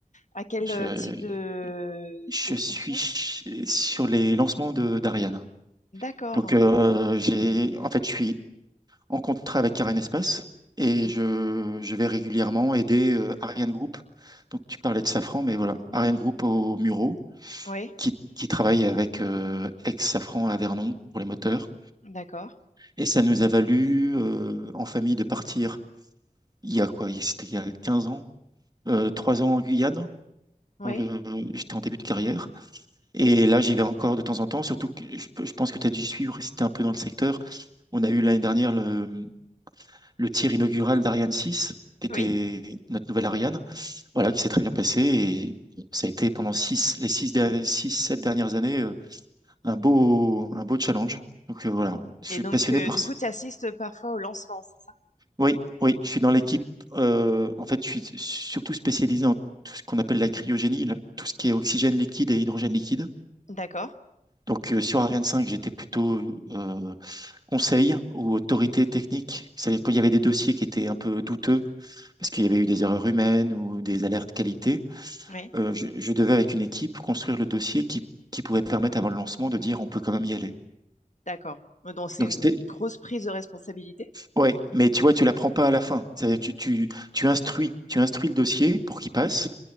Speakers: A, on the left; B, on the right.
A: À quel
B: Je,
A: euh, type de,
B: je
A: de
B: suis
A: fonction?
B: ch- sur les lancements de d'Ariane.
A: D'accord.
B: Donc, euh, j'ai, en fait, je suis en contrat avec Karen Espace et
A: Mhm.
B: je, je vais régulièrement aider euh, Ariane Group. Donc, tu parlais de Safran, mais voilà, Ariane Group au Muro
A: Oui,
B: qui, qui travaille avec euh, ex-Safran à Vernon pour les moteurs
A: d'accord.
B: Et ça nous a valu euh, en famille de partir il y a quoi? C'était il y a 15 ans, euh, 3 ans en Guyane.
A: Oui,
B: Pour le... J'étais en début de carrière. Et là, j'y vais encore de temps en temps. Surtout que je, je pense que tu as dû suivre, c'était un peu dans le secteur. On a eu l'année dernière le, le tir inaugural d'Ariane 6, qui était
A: oui.
B: notre nouvelle Ariane, voilà, qui s'est très bien passé. Et ça a été pendant six, les six, 6, 7 dernières années euh, un beau, un beau challenge. Donc euh, voilà, je
A: Et
B: suis
A: donc
B: passionné
A: euh,
B: par,
A: du coup, tu assistes parfois au lancement, c'est ça?
B: Oui, oui, je suis dans l'équipe. euh, en fait, je suis surtout spécialisé en tout ce qu'on appelle la cryogénie, là, tout ce qui est oxygène liquide et hydrogène liquide.
A: D'accord.
B: Donc, euh, sur Ariane cinq, j'étais plutôt euh, conseil ou autorité technique. C'est-à-dire qu'il y avait des dossiers qui étaient un peu douteux, parce qu'il y avait eu des erreurs humaines ou des alertes qualité,
A: Oui,
B: euh, je, je devais, avec une équipe, construire le dossier qui, qui pouvait permettre, avant le lancement, de dire on peut quand même y aller.
A: d'accord. Donc c'est
B: Donc,
A: une
B: c'était,
A: grosse prise de responsabilité.
B: ouais, mais tu vois, tu l'apprends pas à la fin. C'est-à-dire que tu, tu, tu instruis, tu instruis le dossier pour qu'il passe.